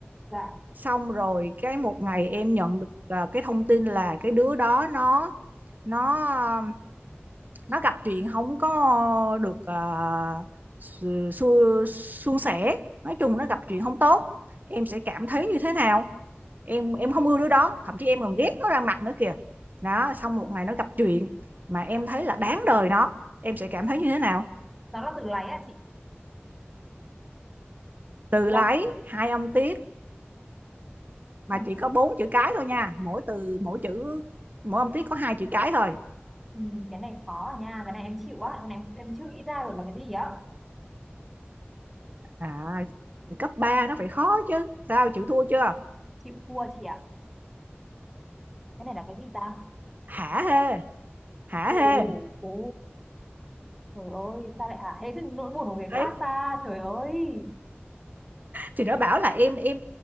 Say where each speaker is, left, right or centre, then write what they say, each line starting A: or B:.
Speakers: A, in the centre; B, on the right.
A: dạ
B: xong rồi cái một ngày em nhận được à, cái thông tin là cái đứa đó nó nó um, nó gặp chuyện không có được à, su, su, suôn sẻ nói chung nó gặp chuyện không tốt em sẽ cảm thấy như thế nào em em không ưa đứa đó thậm chí em còn ghét nó ra mặt nữa kìa đó xong một ngày nó gặp chuyện mà em thấy là đáng đời nó em sẽ cảm thấy như thế nào
A: nó là từ láy ạ chị
B: từ
A: đọc
B: lái hai âm tiết mà
A: ừ.
B: chỉ có bốn chữ cái thôi nha mỗi từ mỗi chữ mỗi âm tiết có hai chữ cái thôi
A: Ừ, cái này khó à nha cái này em chịu á cái này em, em chưa nghĩ ra được là cái gì á
B: à cấp 3 nó phải khó chứ sao chịu thua chưa
A: chịu thua chị ạ cái này là cái gì ta
B: hả hê hả hê
A: ồ ồ trời ơi sao lại hả hê trên nỗi buồn của người
B: đấy
A: khác ta trời ơi
B: thì nó bảo là em em